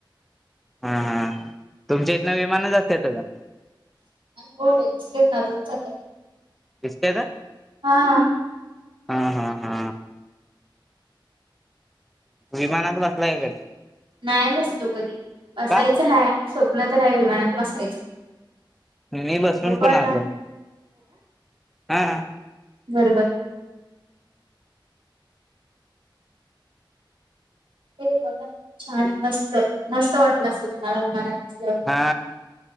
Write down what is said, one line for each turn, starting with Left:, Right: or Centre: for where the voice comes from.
Centre: हा हा तुमच्या इथन विमानं जातात का?
Right: होय <unintelligible>
Centre: <unintelligible>
Right: हा,
Centre: हा हा हा, विमानात बसलाय काय,
Right: नाही बसलो कधी असायचं,
Centre: का
Right: हाय स्वप्न तर आहे विमानात बसायचं.
Centre: मी बसून
Right: बघू
Centre: पण
Right: आता
Centre: आलो हा,
Right: बर बर, हे बघा छान मस्त मस्त वाटलं, असत तुम्हाला विमानात बसल्यावर
Centre: हा